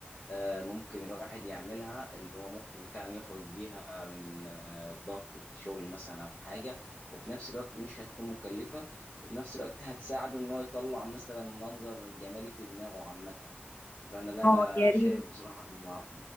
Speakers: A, on the left (about 45°); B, on the left (about 80°).
A: آه، ممكن الواحد يعملها اللي هو ممكن فعلا يخرج بيها من آه، ضغط شغل مثلا أو حاجة وفي نفس الوقت مش هتكون مكلفة وفي نفس الوقت هتساعده إن هو يطلع مثلا منظر جمالي في دماغه عامة فانا لا انا
B: اه يا
A: شايف
B: ريت
A: بصراحه إن